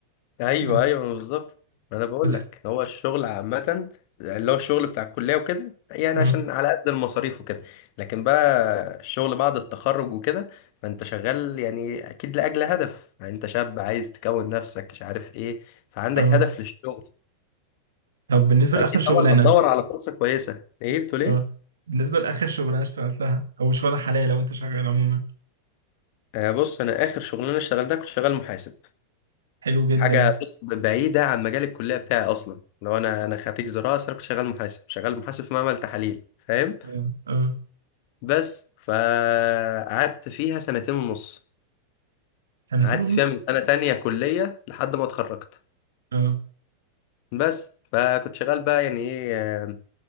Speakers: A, on the left; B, on the right.
A: ايوه
B: بس
A: ايوه ما بالظبط ما انا بقول
B: بس
A: لك هو الشغل عامه اللي هو الشغل بتاع الكليه وكده يعني
B: اه
A: عشان على قد المصاريف وكده لكن بقى الشغل بعد التخرج وكده فانت شغال يعني اكيد لاجل هدف يعني انت شاب عايز تكون نفسك مش عارف ايه فعندك
B: اه
A: هدف للشغل
B: طب بالنسبه
A: فاكيد
B: لاخر شغلانه
A: طبعا هتدور على فرصه كويسه ايه بتقول ايه
B: اه بالنسبه لاخر شغلانه اشتغلتها او شغلانه حاليا لو انت شغال عموما
A: آه بص انا اخر شغلانه اشتغلتها كنت شغال محاسب
B: حلو جدا
A: حاجه بص بعيده عن مجال الكليه بتاعي اصلا لو انا انا خريج زراعه بس انا كنت شغال محاسب شغال محاسب في معمل تحاليل فاهم
B: اه اه
A: بس فقعدت فيها سنتين ونص
B: سنتين
A: قعدت
B: ونص
A: فيها من سنة تانية كلية لحد ما اتخرجت
B: اه
A: بس فكنت شغال بقى يعني ايه آه،